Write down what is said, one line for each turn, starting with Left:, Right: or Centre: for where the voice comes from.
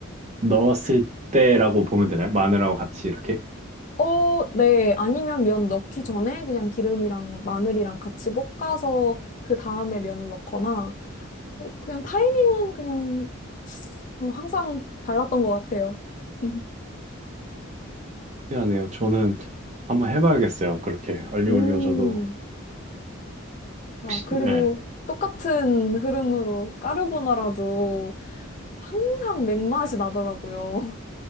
Right: 넣었을 때라고 보면 되나요? 마늘하고 같이 이렇게?
Left: 어, 네. 아니면 면 넣기 전에 그냥 기름이랑 마늘이랑 같이 볶아서 그 다음에 면을 넣거나, 어, 그냥 타이밍은 그냥 어, 항상 달랐던 것 같아요. <laughs>
Right: 미안해요. 저는 한번 해봐야겠어요. 그렇게. 알리오
Left: 음.
Right: 올리오 저도.
Left: 아,
Right: 혹시-
Left: 그리고
Right: 네.
Left: 똑같은 흐름으로 까르보나라도 항상 맥맛이 나더라고요.